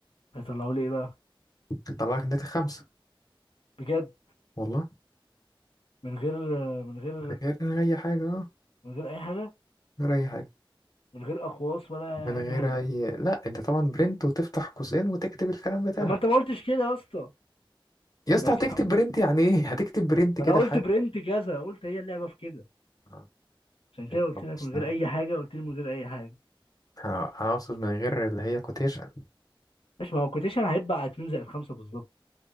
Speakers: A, on the left; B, on the left.
A: هيطلعوا لي ايه بقى
B: هيطلعلك ناتج خمسة
A: بجد
B: والله
A: من غير من غير
B: من غير اي حاجة اه
A: من غير اي حاجه
B: من غير اي حاجة
A: من غير اقواس ولا
B: من
A: اي
B: غير
A: حاجه
B: اي لا انت طبعا برنت وتفتح قوسين وتكتب الكلام بتاعك
A: طب ما انت ما قلتش كده يا اسطى
B: يا اسطى
A: ماشي
B: هتكتب
A: يا عم
B: برنت يعني ايه <laughs> هتكتب برنت
A: ما
B: كده
A: انا قلت
B: حاف
A: برنت كذا قلت هي اللعبه في كده
B: آه،
A: عشان
B: كده
A: كده قلت
B: خلاص.
A: لك من غير
B: آه.
A: اي حاجه قلت لي من غير اي حاجه
B: ه- هقصد من غير اللي هي كوتيشن
A: ماشي ما هو كوتيشن هيبقى على 2 زائد 5 بالظبط